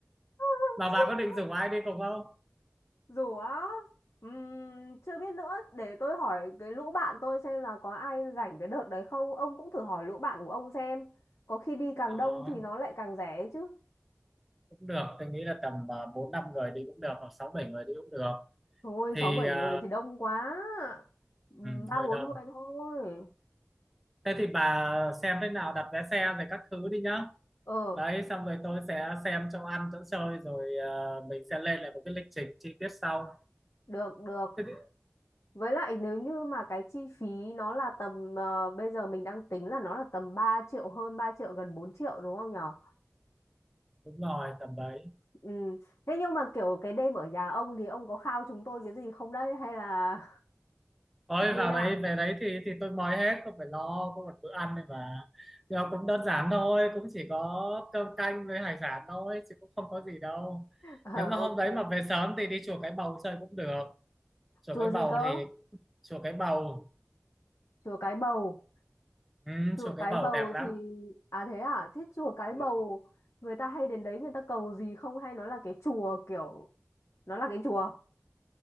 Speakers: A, on the left (about 55°); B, in the centre.
A: <laughs>
B: mà bà có định rủ ai đi cùng không
A: Dù á, ừm, chưa biết nữa, để tôi hỏi cái lũ bạn tôi xem là có ai rảnh cái đợt đấy không. Ông cũng thử hỏi lũ bạn của ông xem. Có khi đi càng
B: Ờ.
A: đông thì nó lại càng rẻ ấy chứ.
B: cũng được tôi nghĩ là tầm à, bốn năm người đi cũng được hoặc sáu bảy người đi cũng được
A: Thôi,
B: thì
A: sáu bảy
B: à,
A: người thì đông quá. Ừm,
B: ừ,
A: ba
B: hơi
A: bốn
B: đông
A: người thôi.
B: thế thì bà xem thế nào đặt vé xe rồi các thứ đi nhá
A: Ờ,
B: đấy xong rồi tôi sẽ xem chỗ ăn chỗ chơi rồi à, mình sẽ lên lại một cái lịch trình chi tiết sau
A: được, được.
B: thế thì,
A: Với lại nếu như mà cái chi phí nó là tầm, ờ, bây giờ mình đang tính là nó là tầm 3 triệu hơn 3 triệu, gần 4 triệu đúng không nhở?
B: đúng rồi tầm đấy
A: Ừ. Thế nhưng mà kiểu cái đêm ở nhà ông thì ông có khao chúng tôi cái gì không đấy hay là
B: ôi
A: như
B: vào
A: nào
B: đấy về đấy thì thì tôi mời hết không phải lo có một bữa ăn này mà nhưng mà cũng đơn giản thôi cũng chỉ có cơm canh với hải sản thôi chứ cũng không có gì đâu
A: ờ
B: nếu mà hôm
A: ok
B: đấy mà về sớm thì đi chùa Cái Bầu chơi cũng được chùa
A: chùa
B: Cái Bầu
A: gì cơ
B: thì chùa Cái Bầu
A: chùa Cái Bầu
B: ừ,
A: chùa
B: chùa
A: Cái
B: Cái Bầu
A: Bầu
B: đẹp lắm
A: thì à thế à thế chùa Cái
B: ừ.
A: Bầu người ta hay đến đấy người ta cầu gì không hay nó là cái chùa kiểu nó là cái chùa